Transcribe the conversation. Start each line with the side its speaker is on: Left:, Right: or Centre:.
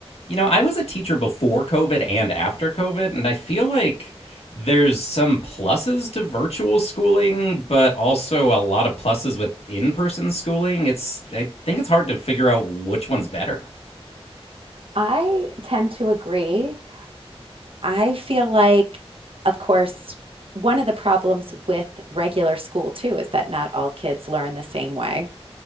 Left: you know, I was a teacher before COVID and after COVID, and I feel like there's some pluses to virtual schooling, but also a lot of pluses with in person schooling. It's, I think it's hard to figure out which one's better.
Right: I tend to agree. I feel like, of course, one of the problems with regular school too is that not all kids learn the same way,